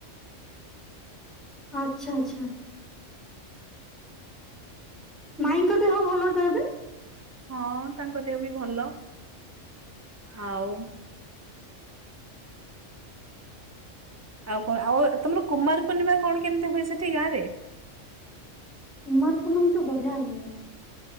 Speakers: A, in the centre; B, on the right (about 20°).
A: ଆଛା ଆଛା। ମାଇଙ୍କ ଦେହ ଭଲ ତ ଏବେ।
B: ହଁ ତାଙ୍କ ଦେହ ବି ଭଲ ଆଉ। ଆଉ କଣ ଆଉ ତମର କୁମାର ପୂର୍ଣ୍ଣିମା କଣ କେମିତି ହୁଏ ସେଠି ଗାଁ ରେ।
A: କୁମାର ପୂର୍ଣ୍ଣିମି ତ ବଢିଆ ହୁଏ